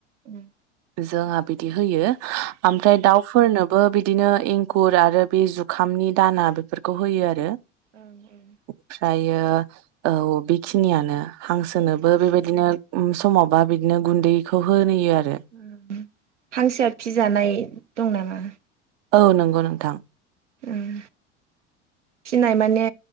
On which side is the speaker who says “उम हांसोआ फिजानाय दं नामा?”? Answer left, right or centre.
Right